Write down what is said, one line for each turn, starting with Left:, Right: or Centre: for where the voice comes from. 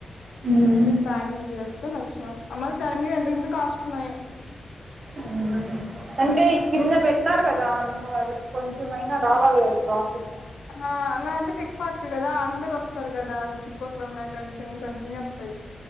Right: ఉమ్.
Left: ప్యాకింగ్ చేసి కొని వచ్చినాను అమ్మ దాని మీద ఎంతెంత కాస్ట్ ఉన్నాయో
Right: ఆ అంటే కింద పెట్టిన్నారు కదా అందు వాళ్ళకి కొంచెంమయినా రావాలి కదా ప్రాఫిట్
Left: అ అంత టెక్ పార్క్ కదా అందరు వస్తారు కదా చుట్టుపక్క లో ఉన్న కంపెనీస్ అన్ని వస్తాయి